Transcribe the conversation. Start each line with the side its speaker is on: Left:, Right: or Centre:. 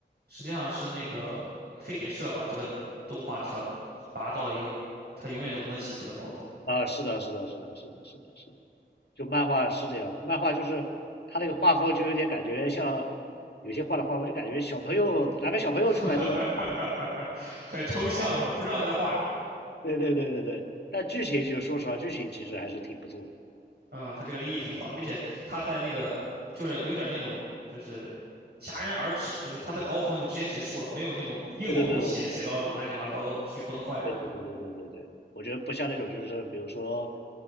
Right: 实际上是那个飞碟社把这个动画调拔到了一个他永远都不能企及的高度，
Left: 了啊，是的，是的，是的，是的，是的，是的，就漫画是这样，漫画就是他那个画风就有点感觉像有些画的画风就感觉小朋友哪个小朋友出来都能画
Right: <laughs> 很抽象是吧？不知道他在画什么。
Left: 对对对对对，但剧情就是说实话，剧情其实还是挺不错的。
Right: 嗯，他这个立意挺好的，并且他在那个就是有点那种就是戛然而止，就是他的高峰就直接结束了，没有那种硬往后写写到乱七八糟去崩坏是吧？
Left: 对对对，我觉得。对对对对对对对，我觉得不像那种就是比如说